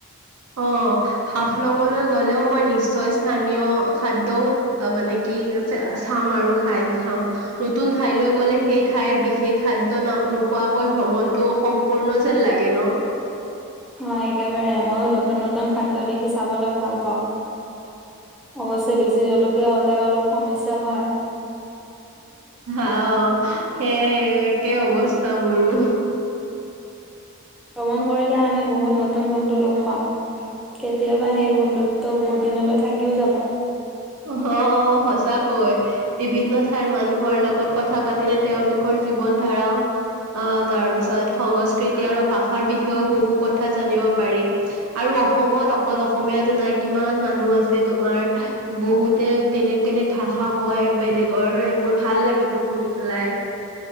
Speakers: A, on the right; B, in the centre.
A: অঁ হাফলঙলৈ গ'লেও মই নিশ্চয় স্থানীয় খাদ্য মানে কি চাম আৰু খাই চাম, নতুন ঠাইলৈ গলে সেই ঠাইৰ বিশেষ খাদ্য ন নোখোৱাকৈ ভ্ৰমণতটো অসম্পূৰ্ণ যেন লাগে ন। <inaudible>
B: অ একেবাৰে মইয়ো নতুন নতুন খাদ্য দেখি চাবলৈ ভাল পাওঁ। অৱশ্যেয়ে বেছি জলকীয়া হলে অলপ সমস্যা হয়।
A: আহ সেই একে অৱস্থা মোৰো।
B: ভ্ৰমণ কৰিলে আমি বহুত নতুন বন্ধু লগ পাম। কেতিয়াবা সেই বন্ধুত্ব বহুত দিনলৈ থাকিও যাব।
A: অ অ সঁচা কৈ বিভিন্ন ঠাইৰ মানুহৰ লগত কথা পাতিলে তেওঁলোকৰ জীৱন ধা ৰা তাৰ পিছত সংস্কৃতি আৰু ভাষাৰ বিষয়েও বহু কথা জানিব পাৰি, আৰু অসমত অকল অসমীয়াতো নাই কিমান মানুহ আছে তোমাৰ বহুতে বেলেগ বেলেগ ভাষা কয় বেলেগৰ এইবোৰ ভাল লাগিব শুনি পেলাই।